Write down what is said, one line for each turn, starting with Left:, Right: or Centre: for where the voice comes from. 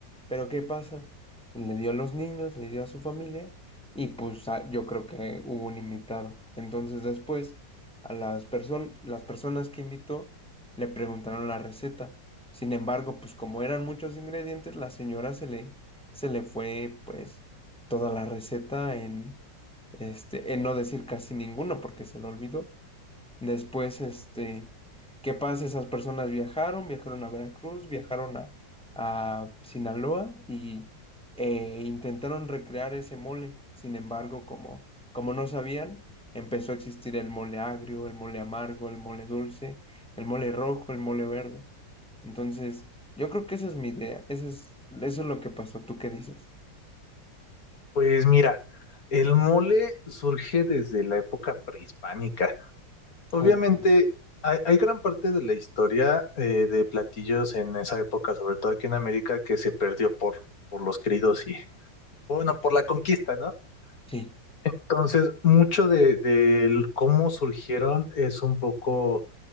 Centre: Pero ¿qué pasa? Le dio a los niños, le dio a su familia y pues a- yo creo que hubo un invitado. Entonces después a las personas, las personas que invitó le preguntaron la receta. Sin embargo, pues como eran muchos ingredientes, la señora se le, se le fue pues toda la receta en, este, en no decir casi ninguno porque se lo olvidó. Después, este, ¿qué pasa? Esas personas viajaron, viajaron a Veracruz, viajaron a, a Sinaloa y eh, intentaron recrear ese mole. Sin embargo, como, como no sabían, empezó a existir el mole agrio, el mole amargo, el mole dulce, el mole rojo, el mole verde. Entonces, yo creo que esa es mi idea. Esa es, eso es lo que pasó. ¿Tú qué dices?
Left: Pues mira, el mole surge desde la época prehispánica. Obviamente,
Centre: Ok.
Left: hay, hay gran parte de la historia eh, de platillos en esa época, sobre todo aquí en América, que se perdió por, por los cridos y, bueno, por la conquista, ¿no?
Centre: Sí,
Left: Entonces, mucho de, del cómo surgieron es un poco,